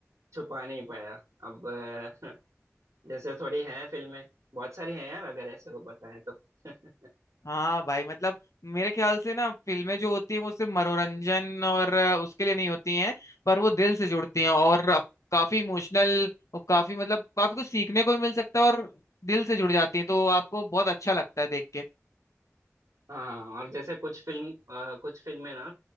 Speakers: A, on the right; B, on the left.
A: छुपा नहीं पाया अब अ, <laughs> जैसे थोड़ी हैं फिल्में बहुत सारी हैं यार अगर ऐसे को बताएं तो <laughs>
B: हाँ भाई मतलब मेरे ख्याल से ना फिल्में जो होती हैं वो सिर्फ मनोरंजन और अ, उसके लिए नहीं होती हैं पर वो दिल से जुड़ती हैं और अप- काफी इमोशनल और काफी मतलब काफी कुछ सीखने को भी मिल सकता है और दिल से जुड़ जाती हैं तो आपको बहुत अच्छा लगता है देख के
A: हाँ और जैसे कुछ फिल्म अ, कुछ फिल्में ना